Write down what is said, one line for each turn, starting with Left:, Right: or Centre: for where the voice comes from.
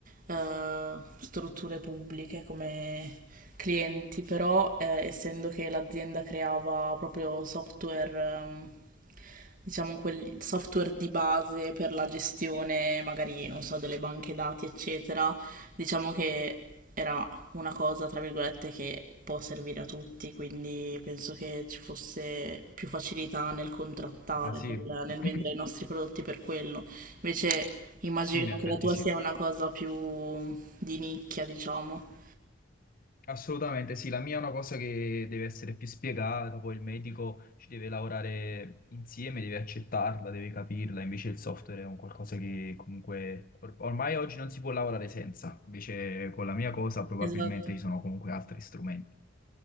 Right: eh, strutture pubbliche come clienti, però eh, essendo che l'azienda creava proprio software, ehm, diciamo quel software di base per la gestione, magari, non so, delle banche dati, eccetera, diciamo che era una cosa, tra virgolette, che può servire a tutti, quindi penso che ci fosse più facilità nel contrattare,
Left: Ah sì,
Right: nel, nel
Left: <clears throat>
Right: vendere i nostri prodotti per quello. Invece immagino
Left: sì, in effetti
Right: che la tua
Left: sì.
Right: sia una cosa più di nicchia, diciamo.
Left: Assolutamente sì, la mia è una cosa che deve essere più spiegata, poi il medico ci deve lavorare insieme, deve accettarla, deve capirla, invece il software è un qualcosa che comunque or- ormai oggi non si può lavorare senza, invece con la mia cosa probabilmente
Right: Esatto.
Left: ci sono comunque altri strumenti.